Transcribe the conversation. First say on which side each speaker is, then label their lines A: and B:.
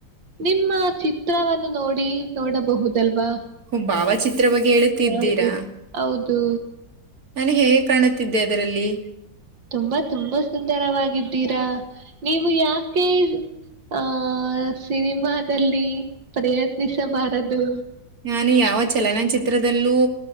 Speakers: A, on the right; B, on the right.
A: ನಿಮ್ಮ ಚಿತ್ರವನ್ನು ನೋಡಿ ನೋಡಬಹುದಲ್ವಾ.
B: ಹ್ಮ್ ಭಾವಚಿತ್ರ ಬಗ್ಗೆ. ಹೇಳುತ್ತಿದ್ದೀರಾ
A: ೆ <inaudible> ಹೌದು.
B: ನಾನ ಹೇಗೆ ಕಾಣುತ್ತಿದ್ದೆ ಅದರಲ್ಲಿ.
A: ತುಂಬಾ ತುಂಬಾ ಸುಂದರವಾಗಿದ್ದೀರಾ ನೀವು ಯಾಕೆ. ಆಹ ಸಿನಿಮಾದಲ್ಲಿ ಪ್ರಯತ್ನಿಸಬಾರದು.
B: ನಾನು ಯಾವ ಚಲನಚಿತ್ರದಲ್ಲೂ